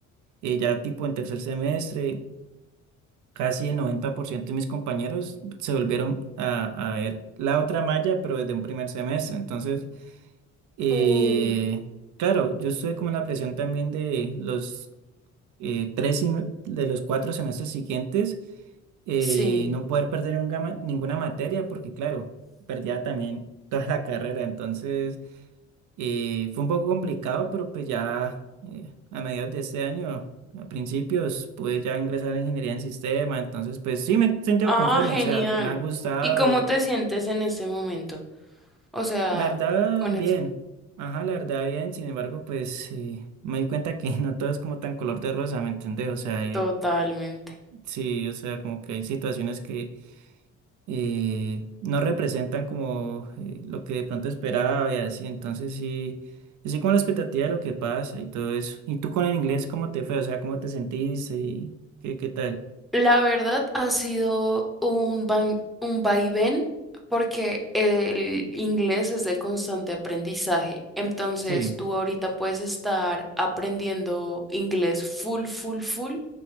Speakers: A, on the right; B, in the centre.
A: eh, ya tipo en tercer semestre, casi el 90% de mis compañeros se volvieron a, a ver la otra malla, pero desde un primer semestre. Entonces, eh,
B: Uy,
A: claro, yo estuve como en la presión también de los eh, tres, sime- de los cuatro semestres siguientes, eh,
B: sí.
A: no poder perder nunca ma- ninguna materia, porque claro, perdía también <laughs> toda la carrera, entonces eh, fue un poco complicado, pero pues ya eh, a mediados de este año, a principios, pude ya ingresar a ingeniería en sistema, entonces pues sí me he sentido
B: Ah,
A: conforme,
B: genial.
A: o sea, me ha gustado
B: ¿Y cómo te sientes en ese momento? O sea,
A: La verdad,
B: con
A: bien.
B: eso.
A: Ajá, la verdad, bien. Sin embargo, pues eh, me di cuenta que <laughs> no todo es como tan color de rosa, ¿me entendés? O sea, eh,
B: Totalmente.
A: sí, o sea, como que hay situaciones que eh, no representan como eh, lo que de pronto esperaba y así. Entonces, sí, yo sí con la expectativa de lo que pasa y todo eso. ¿Y tú con el inglés, cómo te fue? O sea, ¿cómo te sentiste y qué, qué tal?
B: La verdad ha sido un, vain- un vaivén porque el inglés es de constante aprendizaje. Entonces
A: Sí,
B: tú ahorita puedes estar aprendiendo inglés full, full, full,